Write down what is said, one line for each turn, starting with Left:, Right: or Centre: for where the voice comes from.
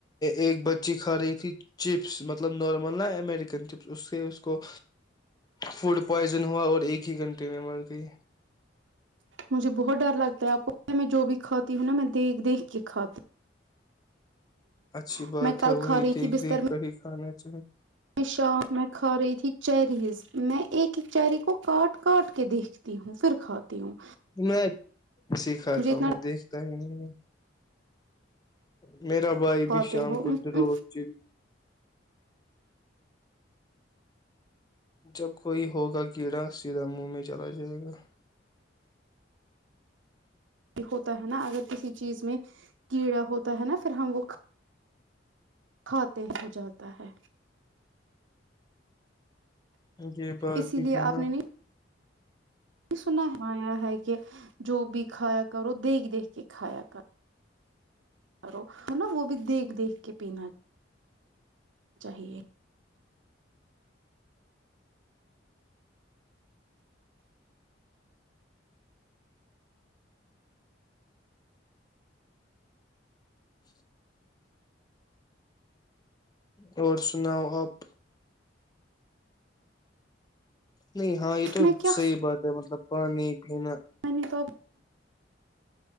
Left: ایک بچی کھا رہی تھی چپس مطلب نارمل نا امیریکن چپس اس سے اس کو فوڈ پوائزن ہوا اور ایک ہی گھنٹے میں مر گئی
Right: مجھے بہت ڈر لگتا ہے آپ کو پ میں جو بھی کھاتی ہوں نا میں دیکھ دیکھ کے کھاتی
Left: اچھی
Right: ہوں۔
Left: بات
Right: میں کل
Left: ہے وہی
Right: کھا رہی
Left: دیکھ
Right: تھی بستر
Left: دیکھ کر ہی کھانا اچھا
Right: میں شام میں کھا رہی تھی چیریز میں ایک ایک چیری کو کاٹ کاٹ کے دیکھتی ہوں پھر کھاتی ہوں
Left: میں سھاتا
Right: مجھے اتنا
Left: ہ میں
Right: ڈر
Left: دیکھتا ہی نہیں جی میرا بھائی
Right: کھاتے
Left: بھی شام
Right: ہو
Left: کو دروز چ جب کوئی ہوگا کیڑا سیدھا منہ میں چلا جائے گا
Right: ہوتا ہے نا اگر کسی چیز میں کیڑا ہوتا ہے نا پھر ہم وہ کھاتے ہو جاتا ہے
Left: یہ بات
Right: اسی
Left: بھی
Right: لیے
Left: ہے
Right: آپ
Left: نا
Right: نے نہیں سنا آیا ہے کہ جو بھی کھایا کرو دیکھ دیکھ کے کھایا کر کرو نا وہ بھی دیکھ دیکھ کے پینا چاہیے
Left: جی اور سناؤ آپ نہیں ہاں یہ تو
Right: میں کیا
Left: صحیح بات ہے مطلب پانی پین
Right: پ نے تو